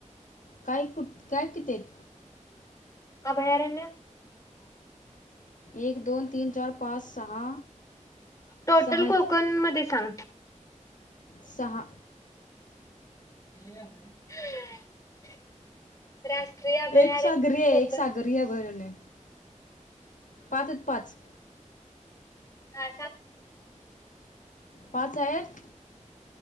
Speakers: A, on the left; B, on the left.
A: काय कुठ काय कितीेत
B: अभयारन
A: एक दोन तीन चार पाच सहा
B: टोटल
A: सहा आहेत
B: कोकण मध्ये सांग
A: सहा
B: <inaudible> अभयारण्य
A: एक सागरी आहे
B: कोकण
A: एक सागरी आहे बरणे पाचच पाच
B: हा
A: पाच आहेत